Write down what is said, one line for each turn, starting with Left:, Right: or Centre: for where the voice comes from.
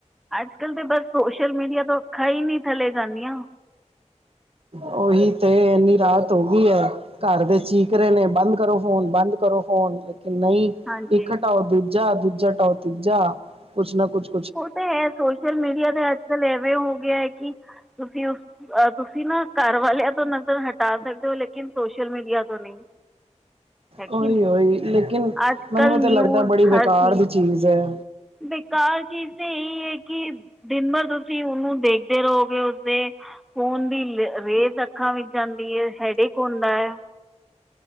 Centre: ਅੱਜ ਕਲ ਤੇ ਬਸ ਸੋਸ਼ਲ ਮੀਡੀਆ ਤੋਂ ਅਖਾ ਹੀ ਨਹੀਂ ਥੱਲੇ ਜਾਂਦੀਆਂ
Right: ਉਹੀ ਤੇ ਇੰਨੀ ਰਾਤ ਹੋ ਗਈ ਆ। ਘਰ ਦੇ ਚੀਕ ਰਹੇ ਨੇ ਬੰਦ ਕਰੋ ਫੋਨ ਬੰਦ ਕਰੋ ਫੋਨ ਲੇਕਿਨ ਨਹੀਂ।
Centre: ਹਾਂਜੀ
Right: ਇੱਕ ਹਟਾਓ ਦੂਜਾ ਦੂਜਾ ਹਟਾਓ ਤੀਜਾ ਕੁਛ ਨਾ ਕੁੱਛ
Centre: ਉਹ ਤੇ ਹੈ ਸੋਸ਼ਲ ਮੀਡੀਆ ਤੇ ਅੱਜਕਲ ਐਵੇਂ ਹੋ ਗਿਆ ਹੈ ਕਿ- ਤੁਸੀਂ ਉਸ ਤੁਸੀਂ ਨਾ ਘਰ ਵਾਲਿਆਂ ਤੋਂ ਨਜ਼ਰ ਹਟ ਟਾ ਸਕਦੇ ਹੋ ਲੇਕਿਨ ਸੋਸ਼ਲ ਮੀਡੀਆ ਤੋਂ ਨੀ। ਹੈ ਕੀ
Right: ਉਹੀ
Centre: ਨਹੀਂ
Right: ਉਹੀ ਲੇਕਿਨ
Centre: ਅੱਜਕਲਲ
Right: ਮੈਨੂੰ ਤਾਂ
Centre: ਨਿਊਜ਼
Right: ਲੱਗਦਾ ਬੜੀ ਬੇਕਾਰ
Centre: ਹਰ ਚੀਜ਼
Right: ਦੀ ਚੀਜ਼ ਐ।
Centre: ਬੇਕਾਰ ਚੀਜ਼ ਤਾਂ ਇਹੀ ਹੈ ਕਿ, ਦਿਨ ਭਰ ਤੁਸੀਂ ਉਹਨੂੰ ਦੇਖ ਦੇ ਰਹੋਗੇ ਉਦੇ, ਫੋਨ ਦੀ ਰੇਜ਼ ਅੱਖਾਂ ਵਿੱਚ ਆਂਦੀ ਏ ਹੈਡੇਕ ਹੁੰਦਾ ਏ।